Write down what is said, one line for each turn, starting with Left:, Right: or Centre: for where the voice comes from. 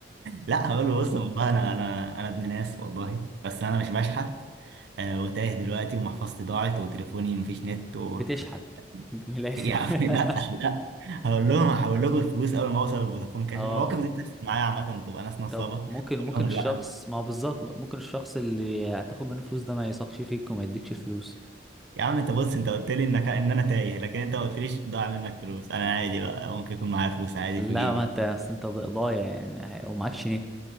Right: لا هقول له بص والله انا انا انا ابن ناس والله بس انا مش بشحت آه، وتايه دلوقتي ومحفظتي ضاعت وتليفوني مفيش نت و...
Centre: بتشحت من الاخر
Right: <laughs> يا عم
Centre: <laughs>
Right: لا لا هقول لهم هحول لكم الفلوس اول ما اوصل لفودافون كاش
Centre: اه
Right: المواقف دي بتحصل معايا عامه بتبقى ناس نصابه
Centre: طب
Right: اقول
Centre: ممكن ممكن
Right: لهم
Centre: الشخص
Right: لا
Centre: ما هو بالظبط ممكن الشخص اللي هتاخد منه فلوس ده ما يثقش فيك وما يديكش الفلوس
Right: يا عم انت بص انت قلت لي انك ان انا تايه لكن انت ما قلتليش ضاع منك فلوس انا عادي بقى ممكن يكون معايا فلوس عادي
Centre: لا
Right: في جيبي
Centre: ما انت اصل انت ضايع يعني ومعكش نت